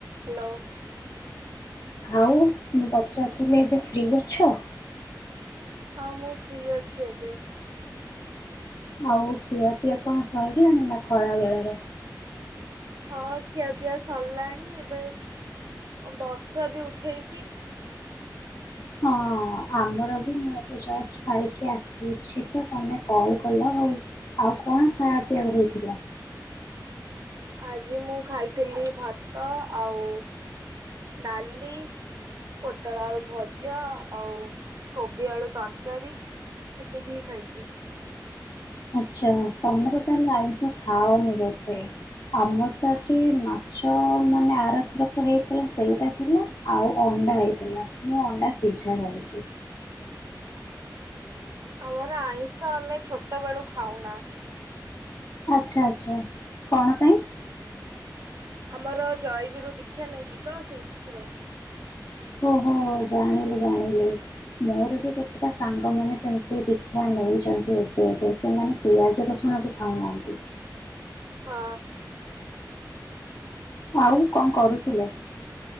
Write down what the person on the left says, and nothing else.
ଆଉ ମୁଁ ପଚାରୁଥୁଲି ଏବେ ଫ୍ରି ଅଛ?
ଆଉ ଖିଆ ପିଆ କଣ ସରିଲାଣି ନାଁ ଖରା ବେଳର
ହଁ ଆମର ବି ମୁଁ ଏବେ ଜଷ୍ଟ ଖାଇକି ଆସିଚି ତ ତମେ କଲ କଲ। ଆଉ ଆଉ କଣ ଖାଇବା ପିଇବାକୁ ହେଇଥିଲା?
ଆଚ୍ଛା ତମର ତାହେଲେ ଆଇଁଷ ଖାଅନି ବଧେ। ଆମର ତ ଆଜି ମାଛ ମାନେ ଆରଥରକ ହେଇଥିଲା ସେଇଟା ଥିଲା ଆଉ ଅଣ୍ଡା ହେଇଥିଲା ମୁଁ ଅଣ୍ଡା ସିଝା ଖାଇଚି।
ଆଚ୍ଛା ଆଚ୍ଛା କଣ ପାଇଁ?
ଓହୋ ଜାଣିଲି ଜାଣିଲି ମୋର ବି କେତେଟା ସାଙ୍ଗ ମାନ ସେମିତି ଦୀକ୍ଷା ନେଇଛନ୍ତି। ଏବେ ଏବେ ସେମାନେ ପିଆଜ ରସୁଣ ବି ଖାଉନାହାନ୍ତି।
ଆଉ କଣ କରୁଥିଲେ?